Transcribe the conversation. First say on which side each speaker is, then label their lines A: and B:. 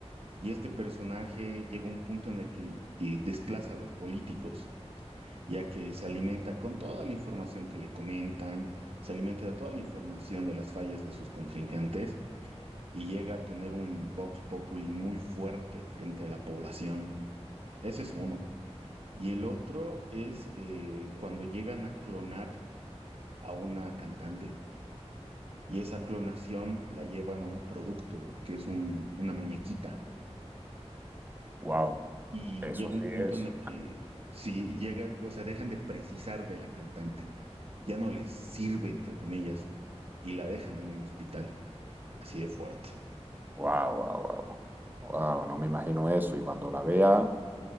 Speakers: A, on the right (about 55°); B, on the right (about 15°).
A: Y este personaje llega a un punto en el que eh, desplaza a los políticos, ya que se alimenta con toda la información que le comentan, se alimenta de toda la información de las fallas de sus contrincantes y llega a tener un vox populi muy fuerte frente a la población. Ese es uno. Y el otro es eh, cuando llegan a clonar a una cantante. y esa clonación la llevan a un producto que es un- una muñequita.
B: Wow,
A: Y
B: eso
A: llega
B: sí
A: un punto
B: es.
A: en el que si llega, o sea, dejan de precisar de la cantante, ya no les sirve, entre comillas, y la dejan en un hospital, así de fuerte.
B: Wow, wow, wow. Wow, no me imagino eso. Y cuando la vea,